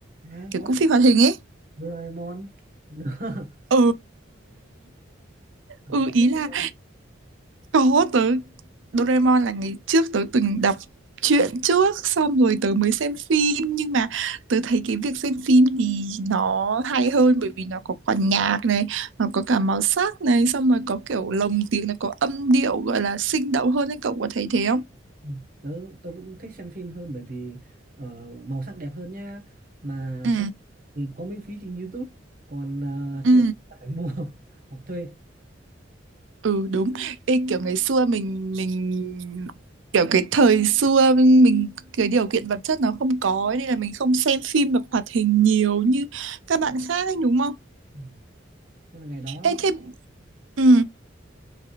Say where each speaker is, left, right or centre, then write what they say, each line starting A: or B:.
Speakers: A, on the right (about 50°); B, on the right (about 85°).
A: à
B: kiểu
A: có
B: cũng phim hoạt hình ấy
A: Doraemon <laughs>
B: ừ <laughs>
A: cậu
B: ừ
A: cậu
B: ý
A: có
B: là
A: xem không?
B: Có tớ Doraemon là ngày trước tớ từng đọc truyện trước xong rồi tớ mới xem phim nhưng mà tớ thấy cái việc xem phim thì nó hay hơn bởi vì nó có quả nhạc này nó có cả màu sắc này xong rồi có kiểu lồng tiếng nó có âm điệu gọi là sinh động hơn ấy cậu có thấy thế không?
A: Ừ, Tớ, tớ cũng thích xem phim hơn bởi vì ờ, màu sắc đẹp hơn nha mà
B: Ừ.
A: xem thì có miễn phí trên YouTube còn ờ,
B: Ừ.
A: chuyện phải mua <laughs> hoặc thuê
B: Ừ đúng Ê, kiểu ngày xưa mình mình kiểu cái thời xưa mình mình cái điều kiện vật chất nó không có ấy, nên là mình không xem phim được hoạt hình nhiều như các bạn khác ấy đúng không?
A: ừ. nên là ngày đó
B: Ê thế ừ.